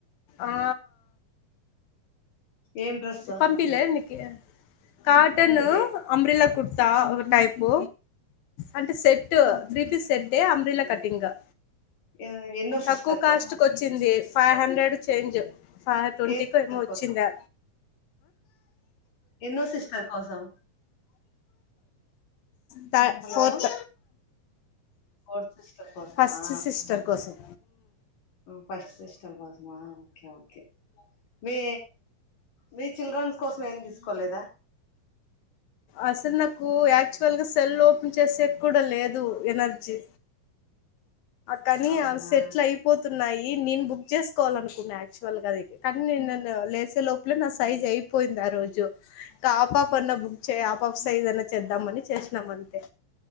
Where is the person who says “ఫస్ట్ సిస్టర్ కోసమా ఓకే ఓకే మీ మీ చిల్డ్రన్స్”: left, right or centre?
Left